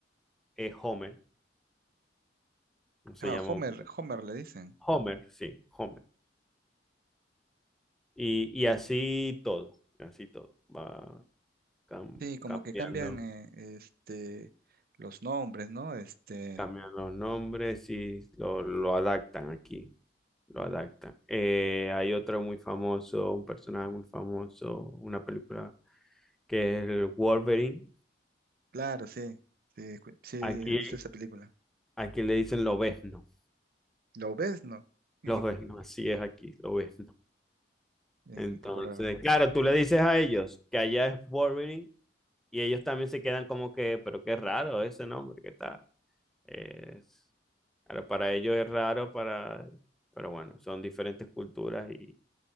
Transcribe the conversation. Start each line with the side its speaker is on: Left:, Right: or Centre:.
Centre: es Homer, no se
Right: Ah,
Centre: llama
Right: Homer,
Centre: Homero.
Right: Homer le dicen.
Centre: Homer, sí, Homer. Y, y así todo, así todo. Va cam-
Right: Sí, como
Centre: cambiando,
Right: que cambian eh, este, los nombres, ¿no? Este,
Centre: cambian los nombres y lo, lo adaptan aquí, lo adaptan. Eh, hay otro muy famoso, un personaje muy famoso, una película que es el Wolverine.
Right: claro, sí, sí, escu- sí,
Centre: Aquí,
Right: he visto esa película.
Centre: aquí le dicen lobezno,
Right: ¿Lo ves? No. <laughs>
Centre: lobezno, así es aquí, lobezno.
Right: Eh,
Centre: Entonces,
Right: un poco raro.
Centre: claro, tú le dices a ellos que allá es Wolverine y ellos también se quedan como que, pero qué raro ese nombre que está. Es, claro, para ellos es raro, para, pero bueno, son diferentes culturas y,